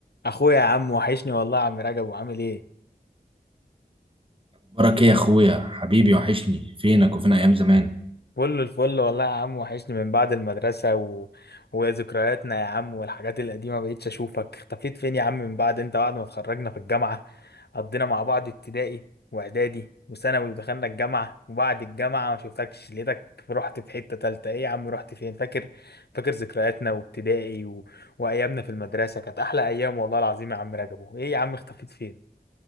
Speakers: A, on the left; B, on the right.
A: اخويا يا عم وحشني والله يا عم رجب وعامل ايه
B: بركة يا اخويا حبيبي وحشني فينك وفين ايام زمان
A: فل الفل والله يا عم وحشني من بعد المدرسة و... وذكرياتنا يا عم والحاجات القديمة مبقتش اشوفك اختفيت فين يا عم من بعد انت بعد ما اتخرجنا في الجامعة قضينا مع بعض ابتدائي واعدادي وثانوي ودخلنا الجامعة وبعد الجامعة ما شفتكش لقيتك رحت في حتة تالتة ايه يا عم رحت فين فاكر فاكر ذكرياتنا وابتدائي و... وايامنا في المدرسة كانت احلى ايام والله العظيم يا عم رجب ايه يا عم اختفيت فين